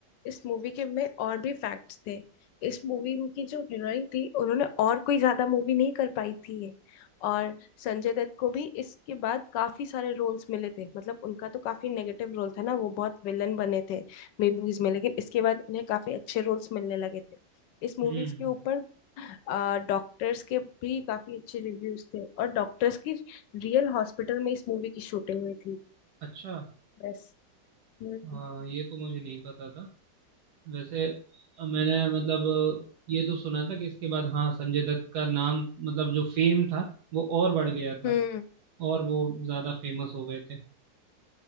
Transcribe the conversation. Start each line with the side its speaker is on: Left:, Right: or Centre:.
Left: इस मूवी के में और भी फैक्ट्स थे इस मूवी की जो हीरोइन थी उन्होंने और कोई ज्यादा मूवी नहीं कर पाई थी ये और संजय दत्त को भी इसके बाद काफी सारे रोल्स मिले थे मतलब उनका तो काफी नेगेटिव रोल था ना वो बहुत विलन बने थे मूवीज में लेकिन इसके बाद उन्हें काफी अच्छे रोल्स मिलने लगे थे इस मूवीज
Right: हम्म
Left: के ऊपर डॉक्टर्स के भी काफी अच्छे रिव्यूज थे और डॉक्टर्स की रियल हॉस्पिटल में इस मूवी की शूटिंग हुई थी
Right: अच्छा
Left: बस हम्म
Right: हाँ ये तो मुझे नहीं पता था वैसे अ, मैंने मतलब अ, ये तो सुना था कि इसके बाद हाँ संजय दत्त का नाम मतलब जो फेम था वो और बढ़ गया था
Left: हम्म
Right: और वो ज़्यादा फेमस हो गए थे